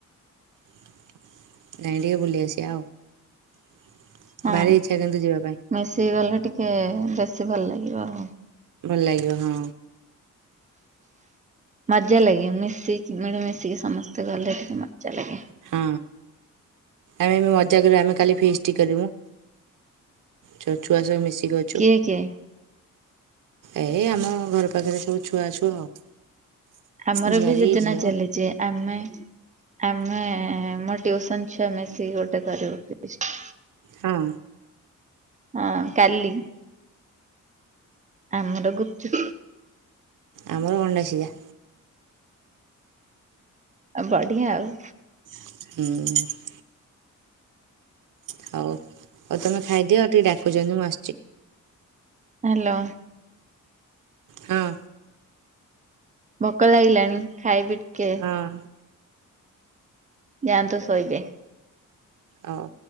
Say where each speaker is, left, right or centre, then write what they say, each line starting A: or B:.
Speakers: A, on the right; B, on the right.
A: ଯାଇଁକି ଟିକେ ବୁଲି ଆସିବା ଆଉ।
B: ହଁ
A: ଭାରି ଇଚ୍ଛା କିନ୍ତୁ ଯିବା ପାଇଁ
B: ମିଶିକି ଗଲେ ଟିକେ ବେଶୀ ଭଲ ଲାଗିବ ଆଉ।
A: ଭଲ ଲାଗିବ ହଁ।
B: ମଜା ଲାଗେ ମିଶିକି ମିଳିମିଶିକି ସମସ୍ତେ ଗଲେ ଟିକେ ମଜା ଲାଗେ।
A: ହଁ ଆମେ ବି ମଜା କରିବୁ ଆମେ କାଲି ଫିଷ୍ଟି କରିବୁଁ। ଛୁ ଛୁଆ ସବୁ ମିଶିକି ଅ
B: କିଏ କିଏ?
A: ଏଇ ଆମ ଘର ପାଖେ ରେ ସବୁ ଛୁଆ ଅଛୁ ଆଉ।
B: ଆମର
A: ଝିଆରୀ
B: ବି ଯୋଜନା
A: ଝିଅ
B: ଚାଲିଚି। ଆମେ ଆମେ ଏ ଏ ଏ ମୋ ଟିଉସନ ଛୁଆ ମିଶିକି ଗୋଟେ କରିବୁ ଫିଷ୍ଟ।
A: ହୁଁ।
B: ହଁ କାଲି। ଆମର ଗୁପଚୁପ
A: ଆମର ଅଣ୍ଡା ସିଝା।
B: ଆଁ ବଢିଆ ଆଉ।
A: ହୁଁ। ହଉ ହଉ ତମେ ଖାଇଦିଅ ଟିକେ ଡାକୁଚନ୍ତି ମୁଁ ଆ
B: ହାଲୋ।
A: ହଁ।
B: ଭୋକ ଲାଗିଲାଣି ଖାଇବି ଟିକେ।
A: ହଁ।
B: ଯାଆନ୍ତୁ ଶୋଇବେ?
A: ହଉ।